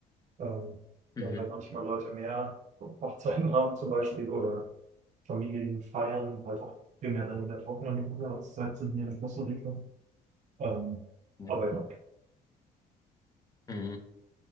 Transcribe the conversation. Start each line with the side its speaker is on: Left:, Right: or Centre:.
Right: Ähm,
Left: Mhm.
Right: weil halt manchmal Leute mehr Hochzeiten haben zum Beispiel oder Familien feiern, halt auch primär dann in der trockenen Jahreszeit sind hier in Costa Rica. Ähm,
Left: Ja.
Right: aber ja,
Left: Mhm.